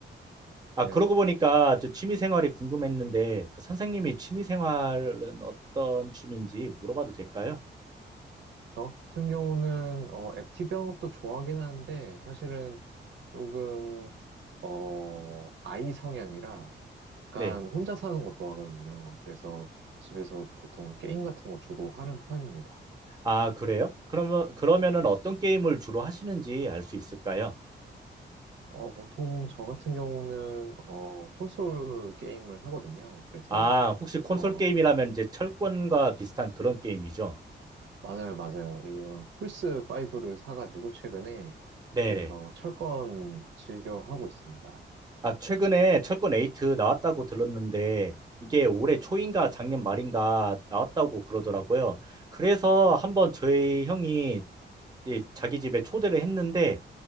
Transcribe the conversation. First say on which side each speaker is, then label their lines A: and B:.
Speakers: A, on the right; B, on the right.
A: 아,
B: 그래요.
A: 그러고 보니까 저 취미 생활이 궁금했는데, 그 선생님이 취미 생활은 어떤 취미인지 물어봐도 될까요?
B: 저 같은 경우는, 어, 액티브한 것도 좋아하긴 하는데, 사실은 조금, 어, 아이 성향이라 약간
A: 네.
B: 혼자 사는 거 좋아하거든요. 그래서 집에서 보통 게임 같은 거 주로 하는 편입니다.
A: 아, 그래요? 그러면, 그러면은 어떤 게임을 주로 하시는지 알 수 있을까요?
B: 어, 보통 저 같은 경우는 어, 콘솔 게임을 하거든요. 그래서
A: 아, 혹시 콘솔
B: 어,
A: 게임이라면 이제 철권과 비슷한 그런 게임이죠?
B: 맞아요, 맞아요. 이런 플스 5를 사가지고 최근에
A: 네네.
B: 그래서 철권 즐겨 하고 있습니다.
A: 아, 최근에 철권 8 나왔다고 들었는데 이게 올해 초인가 작년 말인가 나왔다고 그러더라고요. 그래서 한번 저희 형이 이 자기 집에 초대를 했는데